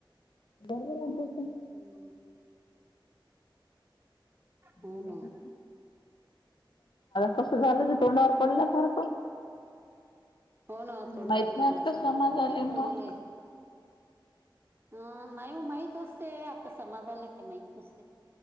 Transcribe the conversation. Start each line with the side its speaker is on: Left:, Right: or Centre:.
Left: बरोब ला का
Right: हम्म हो
Left: माझं
Right: ना
Left: कसं झालं ज तोंडावर पडल्यासारखं
Right: हो ना तोंडावर
Left: माहित नाही
Right: पडल्या
Left: आता
Right: सारखं
Left: समाज
Right: आणि
Left: आले
Right: त्या पोरलं
Left: मग
Right: ह नाही माहत असते आता समाजाला काही माहत नसते